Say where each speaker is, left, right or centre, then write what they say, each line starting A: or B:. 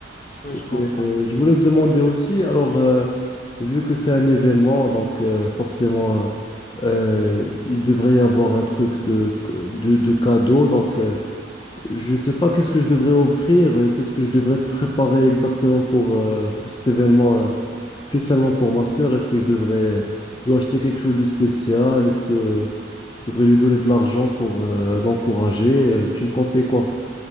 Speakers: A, on the left; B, on the left.
A: Oui,
B: Et,
A: je comprends.
B: euh, je voulais te demander aussi, alors, euh, vu que c'est un événement, donc euh, forcément, euh, il devrait y avoir un truc de, de, de cadeau. Donc, euh, je sais pas qu'est-ce que je devrais offrir et qu'est-ce que je devrais préparer exactement pour, euh, pour cet événement, euh, spécialement pour ma sœur. Est-ce que je devrais euh, lui acheter quelque chose de spécial? Est-ce que je devrais lui donner de l'argent pour euh, l'encourager? Euh, Tu me conseilles quoi?